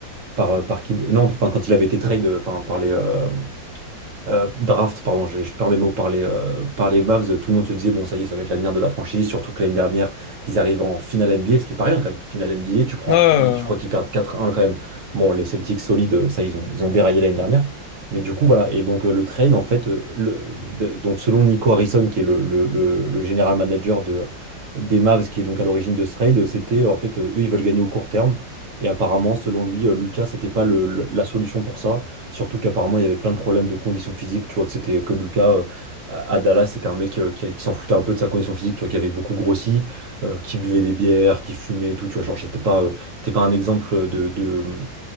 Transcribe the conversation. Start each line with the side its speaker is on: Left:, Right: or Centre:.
Right: par, euh, par Kid... Non, enfin, quand il avait été trade euh, par, par les, euh, euh, draft, pardon, je, je perds mes mots, par les, euh, par les Mavs, euh, tout le monde se disait, bon, ça y est, ça va être l'avenir de la franchise, surtout que l'année dernière, ils arrivent en finale NBA, ce qui est pas rien quand même. Finale NBA, tu prends,
Left: Ouais, ouais, ouais.
Right: je crois qu'ils perdent quatre un quand même. Bon, les Celtics solides, euh, ça, ils ont, ils ont déraillé l'année dernière. Mais du coup, voilà. Et donc, euh, le trade, en fait, euh, le, de- donc, selon Nico Harrison, qui est le, le, le, le general manager de, des Mavs, qui est donc à l'origine de ce trade, c'était, euh, en fait, euh, eux, ils veulent gagner au court terme. Et apparemment, selon lui, euh, Lucas, c'était pas le- le- la solution pour ça. Surtout qu'apparemment, il y avait plein de problèmes de conditions physiques. Tu vois que c'était que Lucas euh, à à Dallas, c'était un mec euh, qui, qui s'en foutait un peu de sa condition physique, tu vois, qui avait beaucoup grossi, euh, qui buvait des bières, qui fumait et tout. Tu vois, genre, c'était pas, euh, c'était pas un exemple de, de,